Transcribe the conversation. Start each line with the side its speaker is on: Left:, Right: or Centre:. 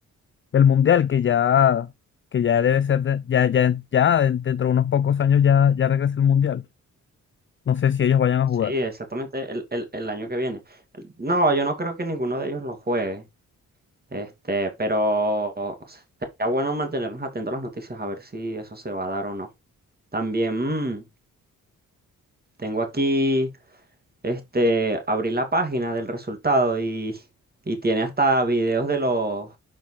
Left: el mundial que ya, que ya debe ser, de- ya, ya, ya dentro de unos pocos años ya, ya regresa el mundial. No sé si ellos vayan a
Right: Sí,
Left: jugar.
Right: exactamente el, el, el año que viene. No, yo no creo que ninguno de ellos lo juegue. Este, pero sería bueno mantenernos atentos a las noticias, a ver si eso se va a dar o no. También mm, tengo aquí. Este, abrí la página del resultado y, y tiene hasta videos de los,